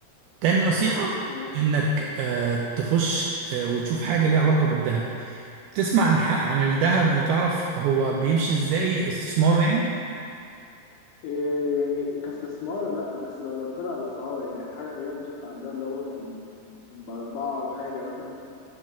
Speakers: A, on the right (about 80°); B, on the left (about 75°).
A: تاني نصيحه
B: ماشي
A: انك آه، تخش آه، وتشوف حاجه ليها علاقه بالذهب تسمع عن ح- عن الذهب وتعرف هو بيمشي ازاي استثماره يعني
B: إيه يعني كاستثمار لا بس ببقى بتابع الاسعار يعني اخر حاجه تقريبا وصلت عندها اللي هو كان باربعه وحاجه مثلا